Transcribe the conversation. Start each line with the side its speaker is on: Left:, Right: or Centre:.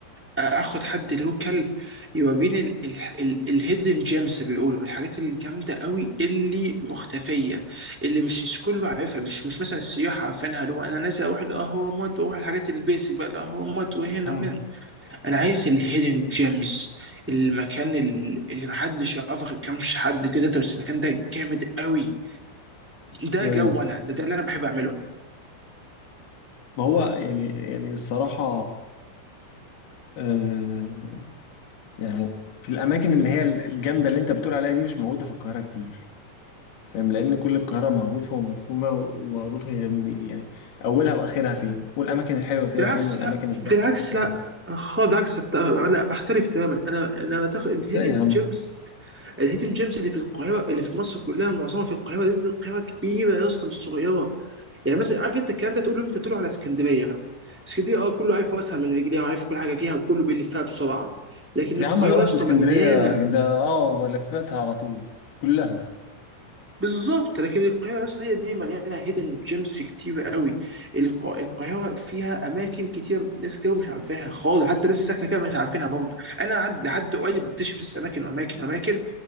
Centre: اخد حد لوكال يوريني الهيدن جيمز بيقولوا الحاجات الجامده قوي اللي مختفيه اللي مش كله عارفها مش مش مثلا السياح عارفينها اللي هو انا نازل اروح الاهرامات واروح الحاجات البيسك بقى الاهرامات وهنا
Left: مم.
Centre: وهنا انا عايز الهيدن جيمز المكان ال- اللي محدش يعرفه غير كام حد تلاته بس المكان ده جامد قوي ده
Left: ايوه
Centre: جو انا ده, ده اللي انا بحب اعمله
Left: ما هو يعني يعني الصراحة آه يعني في الأماكن اللي هي الجامدة اللي أنت بتقول عليها دي مش موجودة في القاهرة كتير فاهم لأن كل القاهرة معروفة ومفهومة ومعروفة هي من يعني أولها وآخرها فين والأماكن الحلوة فيها
Centre: بالعكس
Left: فين والأماكن
Centre: لا
Left: الزحمة
Centre: بالعكس
Left: فيها فين
Centre: لا خالص بالعكس أت- لا اختلف تماما انا انا اعتقد الهيدن
Left: إزاي يا عم
Centre: جيمز الهيدن جيمز اللي في القاهره اللي في مصر كلها معظمها في القاهره لان القاهره كبيره يا اسطى مش صغيره يعني مثلا عارف انت الكلام ده تقوله امتى تقوله على اسكندريه اسكندريه اه كله عارف واسهل من رجليها وعارف كل حاجه فيها وكله بيلفها بسرعه لكن
Left: يا
Centre: القاهره
Left: عم أنا رحت
Centre: يا اسطى
Left: اسكندرية
Centre: مليانه
Left: ده أه لفيتها على طول كلها
Centre: بالظبط لكن القاهرة بس هي دي مليانة هيدن جيمس كتيرة قوي الق- القاهرة فيها أماكن كتيرة ناس كتير مش عارفاها خالص حتى ناس ساكنة فيها مش عارفينها برضه أنا عد- لحد قريب بكتشف لسه أماكن وأماكن وأماكن